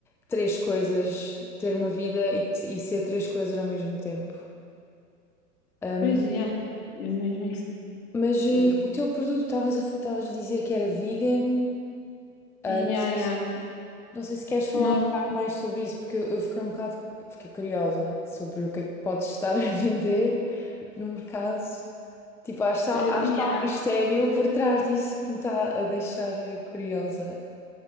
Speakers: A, in the centre; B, on the left (about 65°).
A: três coisas, ter uma vida e, te- e ser três coisas ao mesmo tempo. Ahm,
B: pois, yeah, é mesmo isso.
A: mas eh,
B: Eh,
A: o teu produto, estavas a, f- estavas a dizer que era vegan. Ah,
B: Yeah,
A: não sei
B: yeah.
A: Não sei se queres falar
B: Nós,
A: um bocado mais sobre isso, porque eu, eu fiquei um bocado, fiquei curiosa sobre o que é que podes estar a <laughs> vender no mercado. Tipo, acho, que
B: eh,
A: há- acho
B: yeah,
A: que há um mistério por trás disso que me está a deixar eh, curiosa.